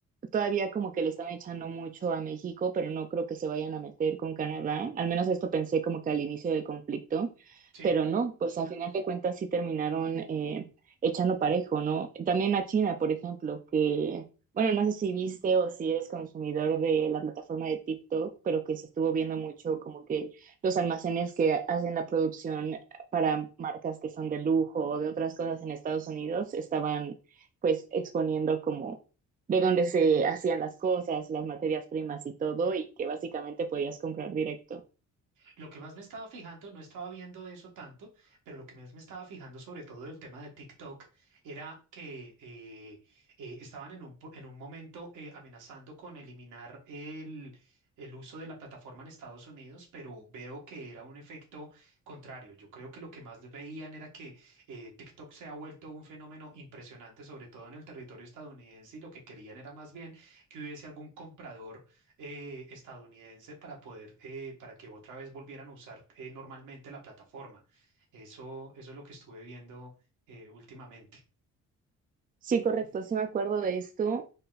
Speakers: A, on the right; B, on the right.
A: todavía como que le están echando mucho a México, pero no creo que se vayan a meter con Canadá. Al menos esto pensé como que al inicio del conflicto,
B: Sí.
A: pero no, pues al final de cuentas sí terminaron eh, echando parejo, ¿no? También a China, por ejemplo, que, bueno, no sé si viste o si eres consumidor de la plataforma de TikTok, pero que se estuvo viendo mucho como que los almacenes que hacen la producción para marcas que son de lujo o de otras cosas en Estados Unidos estaban pues exponiendo como de donde se hacían las cosas, las materias primas y todo, y que básicamente podías comprar directo.
B: Lo que más me estaba fijando, no estaba viendo eso tanto, pero lo que más me estaba fijando sobre todo del tema de TikTok era que eh, eh, estaban en un, po- en un momento eh, amenazando con eliminar el, el uso de la plataforma en Estados Unidos, pero veo que era un efecto contrario. Yo creo que lo que más veían era que eh, TikTok se ha vuelto un fenómeno impresionante, sobre todo en el territorio estadounidense, y lo que querían era más bien que hubiese algún comprador eh, estadounidense para poder, eh, para que otra vez volvieran a usar eh, normalmente la plataforma. Eso, eso es lo que estuve viendo eh, últimamente.
A: Sí, correcto, sí me acuerdo de esto.